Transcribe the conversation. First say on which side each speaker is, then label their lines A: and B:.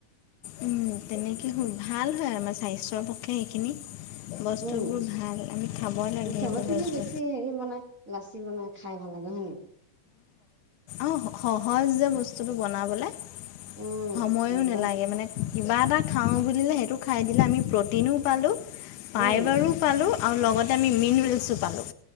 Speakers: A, on the left; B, on the right.
A: উম, তেনেকে হওঁক ভাল হয় আমাৰ স্বাস্থ্যৰ পক্ষে সেইখিনি। বস্তুবোৰ
B: উম,
A: ভাল আমি খাব লাগে সেইবোৰ
B: চবতে
A: বস্তু
B: কি বেছি হেৰি বনাই লাচি বনাই খাই ভাল অহ', হয়, নে।
A: অহ, সহজ যে বস্তুটো বনাবলে
B: উম
A: সময়ো
B: একদম
A: নালাগে মানে। কিবা এটা খাওঁ বুলিলে সেইটো খাই দিলে, আমি প্ৰটিনো পালোঁ ফাইবাৰো
B: উম
A: পালোঁ। আৰু লগতে আমি মিনৰ্লেছো পালোঁ।